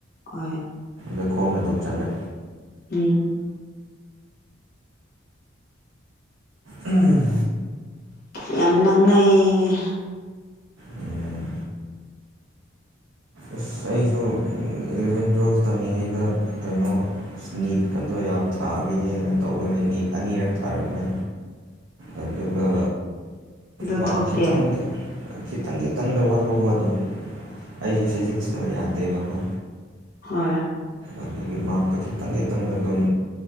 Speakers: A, on the left (about 55°); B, on the right (about 85°).
A: ꯍꯣꯏ
B: ꯅꯈꯣꯡꯅ ꯑꯗꯨꯝ ꯆꯠꯂꯦ
A: ꯎꯝ
B: ꯎꯝ
A: ꯌꯥꯝ ꯅꯛꯅꯩꯌꯦ
B: ꯎꯝ ꯑꯁ ꯑꯩꯁꯨ ꯏꯂꯚꯦꯟ ꯇꯨꯋꯦꯜꯐ ꯇꯝꯃꯤꯉꯩꯗ ꯀꯩꯅꯣ ꯅꯤꯠꯀꯗꯣ ꯌꯥꯝ ꯊꯥꯒꯌꯦꯅ ꯇꯧꯕꯅꯤ ꯅꯤꯠ ꯑꯅꯤꯔꯛ ꯊꯥꯔꯝꯃꯦ ꯑꯗꯨꯒ
A: ꯑꯗꯨ
B: ꯃꯥꯔꯛ
A: ꯊꯣꯛꯇꯦ
B: ꯈꯤꯇꯪ ꯈꯤꯇꯪ ꯈꯤꯇꯪꯗ ꯋꯥꯠꯍꯧꯕ ꯑꯗꯨꯝ ꯑꯩꯖꯦ ꯐꯤꯖꯤꯛꯁꯇ ꯌꯥꯗꯦꯕꯀꯣ
A: ꯍ
B: ꯑꯗꯨꯒꯤ ꯃꯥꯔꯛꯇꯣ ꯈꯤꯇꯪ ꯈꯤꯇꯪꯗ ꯑꯗꯨꯝ